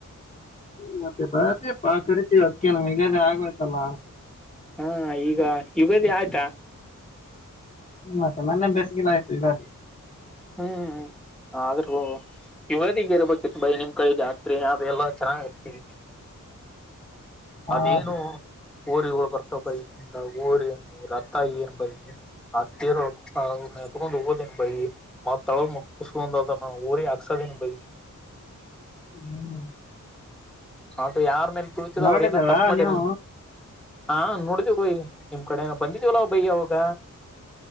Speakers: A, on the left; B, in the centre.
A: ಮತ್ತೆ ಬರ ಬಾ ಕರಿತೀವಿ ಅದಕ ನ್ ಹಗೇ ಆಗ್ಬೇಕೇತಲ್ಲ
B: ಹಾ ಈಗ ಯುಗದಿ ಆಯ್ತಾ
A: ಮತ್ತೆ ಮನ್ನೆ ಬೇಸಿಗೆಲ ಆಯ್ತು ಯಗ
B: ಹ್ಮ ಆದ್ರೂ ಇವದಿಂಗ ಇರಬೇಕಿತ್ತು ಬೈ ನಿಮ್ ಕಡೆ ಜಾತ್ರೆ ಅ ಎಲ್ಲಾ ಚೆನ್ನಾಗತಿತಿ
A: ಹಾ
B: ಅದೇನು ಊರಿಗೆಗಳು ಬರ್ತಾವ ಬೈ ಏಿಲ್ಲ ಊರ ಏನು ಊರ ಅತ್ತಾಗಿಿ ಏನ್ ಬೈ ಹತ್ತರ ತಗೊಂಡು ಹೋದೇನೆ ಬೈ ಮ ತಳ ಕುುಸು ಹಂದದ ಊರಿ ಆಕ್ಸದೆ ಬ
A: ಹ್ಮ್
B: ಹೌದು ಯಾರ ಮೇಲೆ ತುಳತಿದೋ
A: ನೋಡಿದೀರಾ
B: ಅವ್ರರು ಏನೋ ತಪ್ಪ ಮಾಡ
A: ನೀವು
B: ನ ಹಾ ನೋಡ್ದಯಿ ನಿಮ ಕಡೆ ಬಂದಿಿದ್ದವಲ ಭಯ ಅವೋಗ